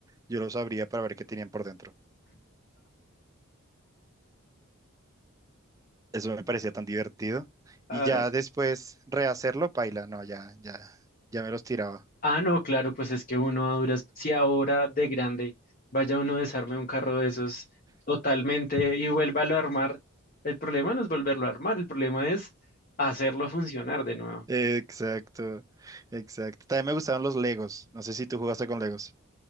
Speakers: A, on the right; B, on the left.
A: yo los abría para ver qué tenían por dentro. Eso me parecía tan divertido.
B: Ah,
A: Y ya después rehacerlo, paila, no, ya, ya, ya me los tiraba.
B: Ah, no, claro, pues es que uno a duras, si ahora de grande vaya uno a desarme un carro de esos totalmente y vuélvalo a armar, el problema no es volverlo a armar, el problema es hacerlo funcionar de nuevo.
A: Exacto, exacto. También me gustaban los Legos. No sé si tú jugaste con Legos.